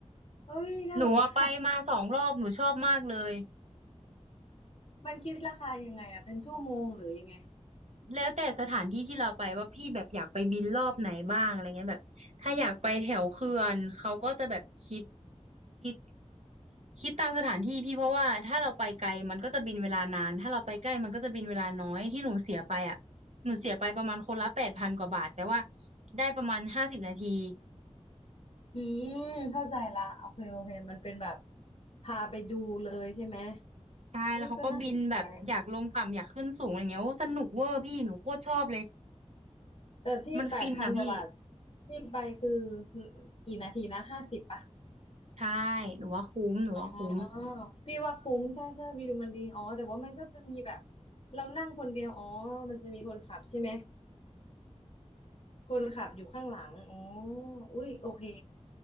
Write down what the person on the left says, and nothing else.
เฮ้ยน่าสนใจ
มันคิดราคายังไงอะเป็นชั่วโมงหรือยังไง
อืมเข้าใจละโอเคโอเคมันเป็นแบบพาไปดูเลยใช่ไหม
อุ้ยก็น่าสนใจนะแต่ที่แปดพันกว่าบาท
ที่ไปคือกี่นาทีนะห้าสิบปะ
อ๋อพี่ว่าคุ้มใช่ใช่วิวมันดีอ๋อแต่ว่ามันก็จะมีแบบเรานั่งคนเดียวอ๋อมันจะมีคนขับใช่ไหมคนขับอยู่ข้างหลังอ๋ออุ้ยโอเค